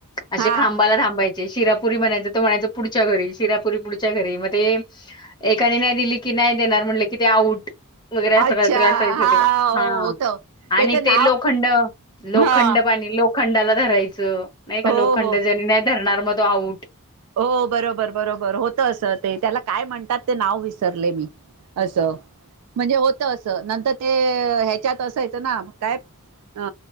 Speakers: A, on the left (about 20°); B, on the right (about 90°).
A: असे
B: हा
A: खांबाला थांबायचे शिरापुरी म्हणायच तो म्हणायच पुढच्या घरी शिरापुरी पुढच्या घरी मग ते एकाने नाही दिली की नाही देणार म्हटलं कि ते आउट. वगैरे अस
B: अच्छा
A: काही तरी असायच
B: हा
A: ते,
B: हो
A: हा
B: होत त्याचं
A: आणि ते
B: नाव
A: लोखंड, लोखंड
B: हा
A: पाणी लो लोखंडाला धरायचं नाही का
B: हो
A: लोखंड
B: हो
A: ज्यानी नाही धरणार मग तो आऊट.
B: हो बरोबर, बरोबर होत अस ते त्याला काय म्हणतात ते नाव विसरले मी असं म्हणजे होत असं नंतर ते ह्याच्यात असायच ना काय अ